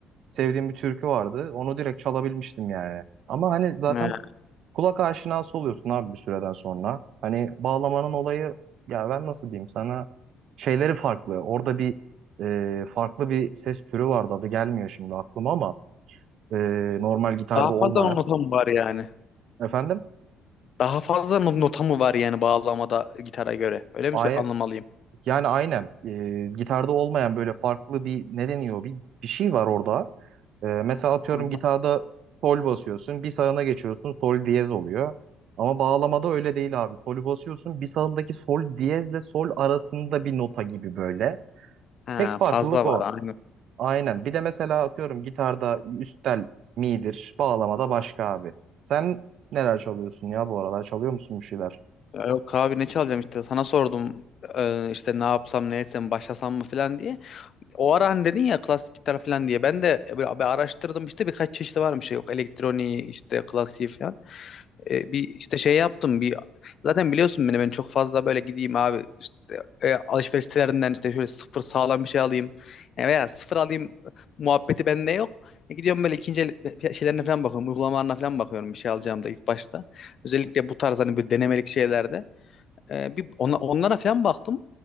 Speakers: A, on the right; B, on the left.
A: sevdiğim bir türkü vardı. Onu direkt çalabilmiştim yani. Ama hani zaten
B: He.
A: kulak aşinası oluyorsun abi bir süreden sonra. Hani bağlamanın olayı ya ben nasıl diyeyim sana şeyleri farklı. Orada bir e, farklı bir ses türü vardı adı gelmiyor şimdi aklıma ama e, normal gitarda
B: Daha fazla
A: olmayan.
B: nota mı var yani?
A: Efendim?
B: Daha fazla mı nota mı var yani bağlamada gitara göre? Öyle mi
A: Ay-
B: sö- anlamalıyım?
A: yani aynen e, gitarda olmayan böyle farklı bir ne deniyor bir, bir şey var orada. Ee, mesela atıyorum
B: Anladım.
A: gitarda sol basıyorsun. Bir sağına geçiyorsun sol diyez oluyor. Ama bağlamada öyle değil abi. Solü basıyorsun bir sağındaki sol diyezle sol arasında bir nota gibi böyle.
B: Ha,
A: Tek farklılık
B: fazla
A: o.
B: var aynen.
A: Aynen. Bir de mesela atıyorum gitarda üst tel mi'dir. Bağlamada başka abi. Sen neler çalıyorsun ya bu aralar? Çalıyor musun bir şeyler?
B: Ya Yok abi ne çalacağım işte sana sordum e, işte ne yapsam ne etsem başlasam mı falan diye. O ara hani dedin ya klasik gitar falan diye. Ben de böyle bir araştırdım işte birkaç çeşidi varmış. Yok elektroniği işte klasiği falan. E, bir işte şey yaptım bir zaten biliyorsun beni ben çok fazla böyle gideyim abi işte e, alışveriş sitelerinden işte şöyle sıfır sağlam bir şey alayım. E, veya sıfır alayım muhabbeti bende yok. E, gidiyorum böyle ikinci el fi- şeylerine falan bakıyorum. Uygulamalarına falan bakıyorum bir şey alacağım da ilk başta. Özellikle bu tarz hani bir denemelik şeylerde. E, bir ona, onlara falan baktım.